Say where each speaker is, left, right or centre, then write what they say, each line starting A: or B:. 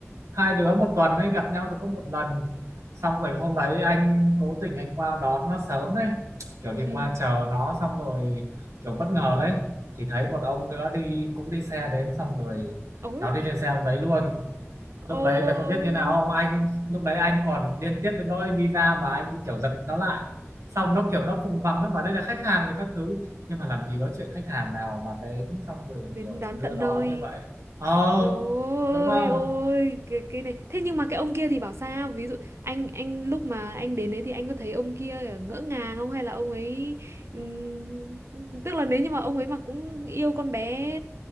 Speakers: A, on the right; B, on the right.
A: hai đứa một tuần ấy gặp nhau được có một lần xong rồi hôm đấy anh cố tình anh qua đón nó sớm đấy kiểu đi
B: ừ
A: qua chờ nó xong rồi kiểu bất ngờ đấy thì thấy một ông nữa đi cũng đi xe đến xong rồi
B: ôi
A: nó đi lên xe ông đấy luôn lúc
B: ôi
A: đấy mày có biết như nào không anh lúc đấy anh còn điên tiết đến nỗi đi ra mà anh như kiểu giật nó lại xong nó kiểu nó vùng vằng nó bảo đây là khách hàng với các thứ nhưng mà làm gì có chuyện khách hàng nào mà đến xong rồi
B: đến
A: kiểu
B: đón
A: đưa
B: tận
A: đón
B: nơi
A: như vậy ờ
B: ôi
A: đúng không
B: ôi cái cái này thế nhưng mà cái ông kia thì bảo sao ví dụ anh anh lúc mà anh đến đấy thì anh có thấy ông kia ngỡ ngàng không hay là ông ấy ừm, tức là nếu như mà ông ấy mà cũng yêu con bé